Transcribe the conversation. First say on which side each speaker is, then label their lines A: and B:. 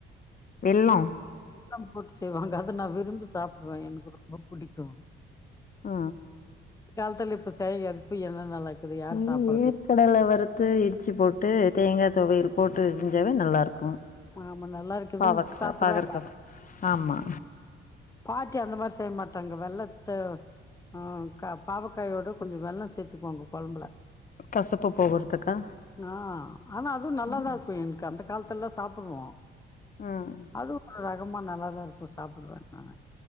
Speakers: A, on the left; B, on the left.
A: வெல்லோ
B: வெல்லம் போட்டு செய்வாங்க அத நா விரும்பி சாப் சாப்டுவே எனக்கு ரொம்ப புடிக்கு
A: ஆ
B: காலத்துல இப்ப செயகாதுப்ப என்ன நல்லா இருக்குது யார்
A: ம்
B: சாப்பறது
A: வேர்கடல வருத்து இடிச்சு போட் போட்டு தேங்கா துவையல் போட்டு செஞ்சாவே நல்லா இருக் ம்
B: ஆமா நல்லா இருக்குதுன்னு
A: பாவக்கா
B: இப்ப சாப்பறாங்க
A: பாகற்காய் கொ ஆமா
B: பாட்டி அந்த மாரி செய்ய மாட்டாங்க வெல்லத்த ஆ கா பாவக்காய்யோட கொஞ்சோ வெல்லோ சேத்துக்குகோங்க கொழம்புல
A: கசப்பு போகுறதுக்கா
B: ஆ ஆனா அதுவு நல்லாதா
A: ம்
B: இருக்கு எனக்கு அந்த காலத்துல்லா சாப்பிடுவோ
A: ம்
B: அது ஒரு ரகமா நல்லா நல்லா இருக்கு சாப்படுவே ஆ